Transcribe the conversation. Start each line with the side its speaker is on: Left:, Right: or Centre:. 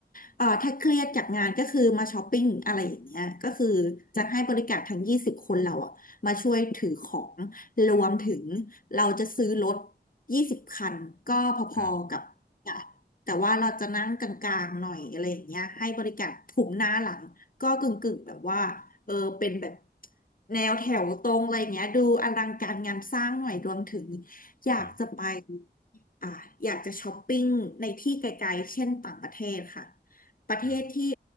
Left: เอ่อถ้าเครียดจากงานก็คือมาช้อปปิ้งอะไรอย่างเงี้ยก็คือจะให้บริการทั้งยี่สิบคนเราอะมาช่วยถือของรวมถึงเราจะซื้อรถยี่สิบคันก็พอๆกับอ่ะ
Right: ครับ
Left: แต่ว่าเราจะนั่งกลางๆหน่อยอะไรอย่างเงี้ยให้บริการถุมหน้าหลังก็กึ่งๆแบบว่าเออเป็นแบบแนวแถวตรงอะไรอย่างเงี้ยดูอลังการงานสร้างหน่อยรวมถึงอยากจะไป
Right: ครับ
Left: อ่าอยากจะช้อปปิ้งในที่ไกลๆเช่นต่างประเทศค่ะ ประเทศที่
Right: ครับ